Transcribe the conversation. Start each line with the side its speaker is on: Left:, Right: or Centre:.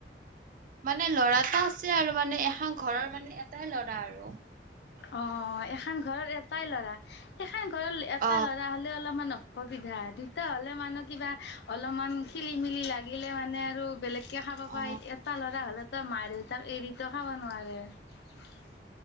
Right: মানে লৰাটা আছে আৰু মানে এখন ঘৰৰ মানে এটাই ল'ৰা আৰু <unintelligible>
Left: অ এখন ঘৰৰ এটাই ল'ৰা এখন ঘৰৰ এটা
Right: অ
Left: ল'ৰা হ'লে অলপমান অ অসুবিধা দুটা হলে মানে কিবা অলপমান খেলি মেলি লাগিলে মানে আৰু বেলেগ কে খাব পাই
Right: অ
Left: এটা ল'ৰা হলেতো মা দেউতাক এৰিত খাব নোৱাৰে <unintelligible>